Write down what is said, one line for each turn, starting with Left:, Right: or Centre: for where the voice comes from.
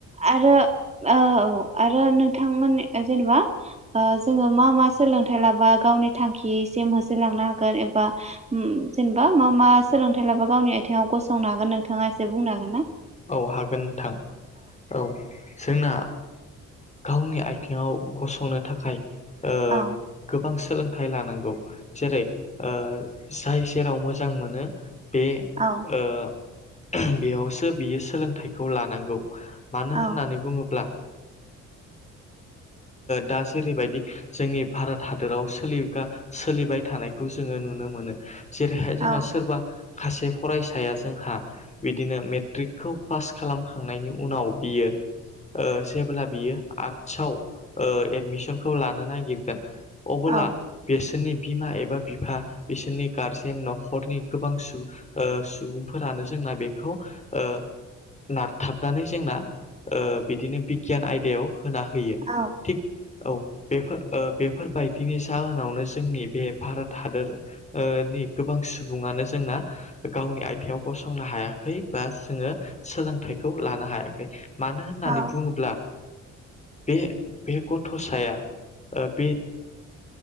Right: आरो औ औ आरो नोंथांमोन जेनेबा जोङो मा मा सोलोंथाइ लाबा गावनि थांखिसिम होसोलांनो हागोन एबा जेनेबा मा मा सोलोंथाइ लाबा गावनि आथिङाव गसंनो हागोन नोंथाङा एसे बुंनो हागोन ना?
Left: औ हागोन नोंथां औ। जोंना गावनि आथिङाव गसंनो थाखाय ओ
Right: औ
Left: गोबां सोलोंथाइ लानांगौ जेरै ओ जाय जेराव मोजां मोनो बे
Right: औ
Left: ओ बेयावसो बियो सोलोंथाइखौ लानांगौ। मानो
Right: औ
Left: होननानै बुङोब्ला दा जेरैबायदि जोंनि भारत हादराव सोलिगा सोलिबाय थानायखौ जोङो नु नुनो मोनो जेरैहाय जोंहा
Right: औ
Left: सोरबा सासे फरायसाया जोंहा बिदिनो मेट मेट्रिकखौ पास खालामखांनायनि उनाव बियो ओ जेब्ला बियो आर्टसाव ओ एडमिसनखौ लानो नागिरगोन अबोला
Right: औ
Left: बिसोरनि बिमा एबा बिफा बिसोरनि गारजेन न'खरनि गोबां सुबुं सुबुंफोरानो जों ना बेखौ ओ नारथाबनानै जोंना बिदिनो बिगियान आयदायाव होना होयो
Right: औ
Left: थिग औ। बेफोर बेफोरबायदिनि जाहोनावनो जोंनि बे भारत हादरनि गोबां सुबुङानो जोंना गावनि आथिङाव गसंनो हायाखै। बा जोङो सोलोंथाइखौ लानो हायाखै मानो होननानै
Right: औ
Left: बुङोब्ला बे बे गथ'साया बे